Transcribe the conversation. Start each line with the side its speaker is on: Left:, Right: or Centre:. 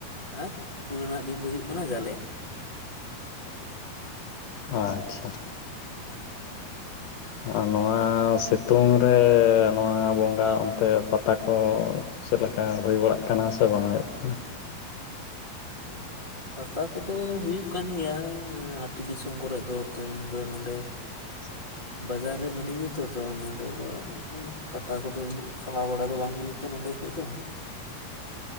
Right: ᱟᱨ ᱯᱩᱱ ᱟᱱᱟᱜ ᱫᱤᱱ ᱫᱚ ᱦᱩᱭᱩᱜ ᱠᱟᱱᱟ ᱡᱟᱞᱮ
Left: ᱚ ᱟᱪᱪᱷᱟ ᱟᱨ ᱱᱚᱣᱟ ᱥᱤᱛᱩᱝ ᱨᱮ ᱱᱚᱣᱟ ᱵᱚᱸᱜᱟ ᱚᱱᱛᱮ ᱯᱟᱛᱟ ᱠᱚ ᱪᱮᱫ ᱞᱮᱠᱟ ᱦᱩᱭ ᱵᱟᱲᱟᱜ ᱠᱟᱱᱟ ᱥᱮ ᱵᱟᱝ ᱦᱩᱭᱩᱜ ᱠᱟᱱᱟ
Right: ᱯᱟᱛᱟ ᱠᱚᱫᱚ ᱦᱩᱭᱩᱜ ᱠᱟᱱ ᱜᱮᱭᱟ ᱟᱹᱛᱩ ᱫᱤᱥᱚᱢ ᱠᱚᱨᱮ ᱫᱚ ᱛᱚ ᱤᱧ ᱫᱚ ᱱᱚᱰᱮ
Left: <inaudible>
Right: ᱵᱟᱡᱟᱨ ᱨᱮ ᱢᱤᱱᱟᱹᱧᱟᱛᱚ ᱛᱚ ᱱᱚᱰᱮ ᱫᱚ ᱯᱟᱛᱟ ᱠᱚᱫᱚ ᱤᱱᱟᱹᱜ ᱪᱟᱞᱟᱣ ᱵᱟᱲᱟ ᱫᱚ ᱵᱟᱝ ᱦᱩᱭᱩᱜ ᱛᱚ ᱱᱚᱰᱮ ᱠᱷᱚᱡ ᱫᱚ